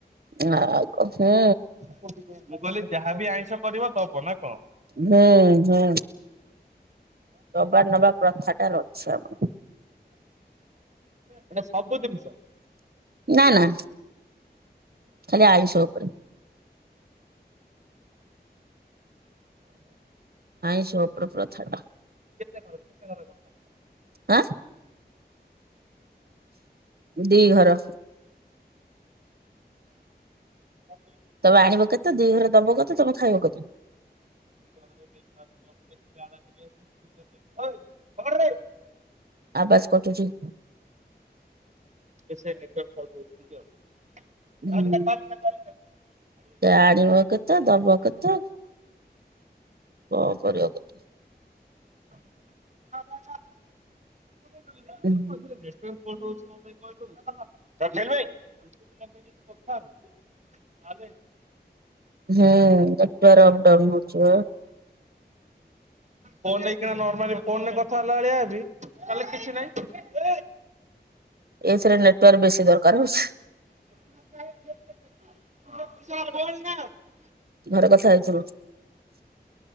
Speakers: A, on the right (about 60°); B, on the right (about 40°).
A: ନା କହ ହୁଁ।
B: ମୁଁ କହିଲି ଯାହାବି ଆଇଁଷ କରିବ ଦବ ନା କଣ?
A: ହୁଁ ହୁଁ ଦବା ନବା ପ୍ରଥାଟା ଅଛି ଆମର।
B: ମାନେ ସବୁ ଜିନିଷ।
A: ନା ନା।
B: ଆ
A: ଖାଲି ଆଇଁଷ୍ ଉପରେ ଆଇଁଷ ଉପରେ ପ୍ରଥାଟା।
B: <inaudible>
A: ହାଁ। ଦି ଘର।
B: ତା
A: ତମେ ଆଣିବ କେତେ ଦି ଘର ଦବ କେତେ ତମେ ଖାଇବ କେତେ?
B: <inaudible>
A: ଆବାଜ କଟୁଛି।
B: <inaudible>
A: ହୁଁ ଆଣିବ କେତେ ଦବ କେତେ କଣ କରିବ କେତେ?
B: <inaudible>
A: ହୁଁ
B: <inaudible> ଆଲେ
A: ହୁଁ ନେଟୱର୍କ ଅପଡାଉନ ହଉଛି ବା।
B: ଫୋନ ନେଇକିନା ନର୍ମାଲି ଫୋନରେ କଥା ହେଲା ଭଳିଆଲେ କିଛି ନାହିଁ।
A: ଏଥିରେ ନେଟୱାର୍ ବେଶୀ ଦରକାର ହଉଛି।
B: <inaudible>
A: ଘରେ କଥା ହେଇଥିଲୁ?